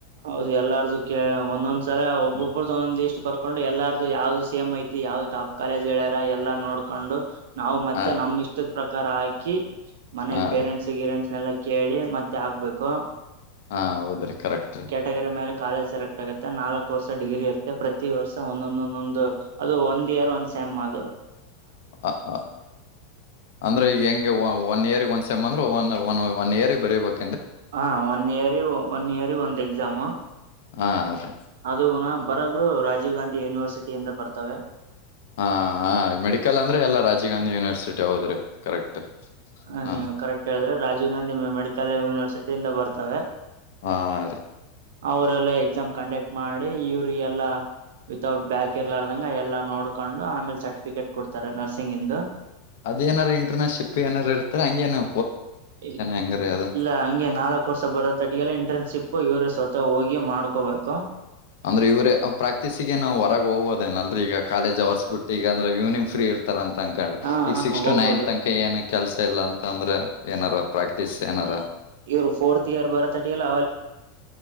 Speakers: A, on the right; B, on the left.
A: ಹೌದು ಎಲ್ಲಾರ್ದು ಕೇಳ ಒಂದೊಂದ್ಸಲ ಒಬ್ಬೊಬ್ಬ್ರ್ದು
B: ಹ್ಮ್
A: ಒಂದೊಂದ್ ಇಷ್ಟ್ ಬರ್ ಹಕೊಂಡು ಎಲ್ಲಾರ್ದು ಯಾವ್ದು ಸೇಮ್ ಐತಿ ಯಾವ್ದ್ ಟಾಪ್ ಕಾಲೇಜ್ ಹೇಳ್ಯಾರ ಎಲ್ಲಾ ನೋಡ್ಕೊಂಡು ನಾವು ಮತ್ತೆ
B: ಹಾ ರೀ
A: ನಮ್ ಇಷ್ಟದ ಪ್ರಕಾರ ಹಾಕಿ ಮನೇಲಿ
B: ಹಾ
A: ಪೇರೆಂಟ್ಸ್
B: ರೀ
A: ಗಿರೆಂಟ್ಸ್ನೆಲ್ಲ ಕೇಳಿ ಮತ್ತೆ ಹಾಕ್ಬೇಕು
B: ಹಾ ಹೌದ್ರಿ ಕರೆಕ್ಟ್
A: ಟಗರಿ ಮೇಲೆ ಕಾಲೇಜ್ ಸೆಲೆಕ್ಟ್ ಆಗುತ್ತೆ ನಾಕಕ್ ವರ್ ಡಿಗ್ರಿ ಇರುತ್ತೆ ಪ್ರತಿ ವರ್ಷ ಒಂದೊಂದ ಒಂದೊಂದು ಅದು ಒಂದಂದು ಇಯರ್ ಒಂದ ನ್ದು
B: ಹ ಹ ಅಂದ್ರೆ ಈಗ ಹೆಂಗೆ ಒನ್ ಇಯರ್ ಒಂದ್ ಸೆಮಂದ ಒನ್ ಒನ್ ಒನ್ ಇಯರ್ ಬರೀಬೇಕು
A: ಹಾ ಒನ್ ಇಯರಿ ಒನ್ ಇಯರಿ ಒಂದು್ ಎಕ್ಸಾಮು
B: ಹಾ ರೀ
A: ಅದುುಣ ಬರೋದು ರಾಜೀವ್ ಗಾಂಧಿ ಯೂನಿವರ್ಸಿಟಿಿಯಿಂದ ಬರ್ತವೆ
B: ಹಾ ಹಾ ಮೆಡಿಕಲ್ ಅಂದ್ರೆ ಎಲ್ಲಾ ರಾಜೀವ್ ಗಾಂಧಿ ಯೂನಿವರ್ಸಿಟಿ ಹೋದ್ರಿ ಕರೆಕ್ಟ್
A: ಹ
B: ಹಾ
A: ನೀವು ಕರೆಕ್ಟ್ ಹೇಳಿದ್ರೆ ರಾಜೀವ್ ಗಾಂಧಿ ಮೆಡಿಕಲ್ ಯೂನಿವರ್ಸಿಟಿಿಂದ ಬರ್ತವೆ
B: ಹಾ ರ
A: ಅವ್ರಲ್ಲ ಎಕ್ಸಾಮ್ ಕಂಡಕ್ಟ್ ಮಾಡಿ ಇವ್ರಿಗೆಲ್ಲ ವಿತೌಟ್ ಬ್ಯಾಕ್ ಇರ್ಲಾರ್ದಂಗ ಎಲ್ಲಾ ನೋಡ್ಕೊಂಡು ಆಮೇಲೆ ಸರ್ಟಿಫಿಕೇಟ್ ಕೊಡ್ತಾರೆ ನರ್ಸಿಂಗ್ ಇಂದು
B: ಅದೇನಾರ ಇಟರ್ನ್ಶಿಪ್ ಏನಾರರು ಇರ್ತ ಹಂಗ ಏನ
A: ಇ
B: ಹೆಂಗ್ರೀ ಅದ
A: ಇಲ್ಲ ಹಂಗೆ ನಾಲ್ಕ್ು ವರ್ಷ ಬರ ತಟಿಗೆಲ್ಲ ಇಂಟರ್ನ್ಶಿಪ್ ಇವರು ಸ್ವತ ಹೋಗಿ ಹಗೆ ಮಾಡ್ಕೋಬೇಕು
B: ಅಂದ್ರ ಇವರ ಪ್ರಾಕ್ಟೀಸಿಗೆ ನಾ ಹೊರಗೆ ಹೋಗೋದೇಏಲ್ರಿ ಈಗ ಕಾಲೇಜ್ ಅವರ್ಸ್ ಬಿಟ್ಟ ಈಗಂದ್ರೆ ಈವ್ನಿಂಗ ಫ್ರೀ ಇರ್ತಾರ ಅಂತ ತಕೊಂಡ್ರಿ
A: ಹಾ
B: ಈಗ
A: ಹಾ
B: ಸಿಕ್ಸ್
A: ಹೋಗ್ಬೋದು
B: ಟು ನೈನ್ ತನಕ ಏನ ಕೆಲ್ಸ ಇಲ್ಲ ಅಂತ ಅಂದ್ರೆ ಏನಾರ ಪ್ರಾಕ್ಟೀಸ್ ಏನಾರ
A: ಇವ್ರು ಫೋರ್ತ್ ಇಯರ್ ಬರತಟಿಗೆಲ್ಲ